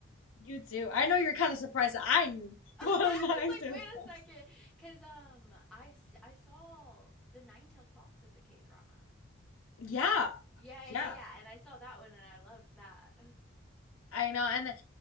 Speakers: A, on the left; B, in the centre.
A: You do. I know you're kind of surprised that I knew <laughs>
B: <laughs>
A: what
B: I
A: a nine
B: was like,
A: tailed
B: wait
A: fox.
B: a second, because um, I s- I saw the Nine Tailed Fox as a K drama,
A: Yeah,
B: but yeah, yeah,
A: yeah,
B: yeah, and I saw that one and I loved that. <gasps>
A: I know. And then,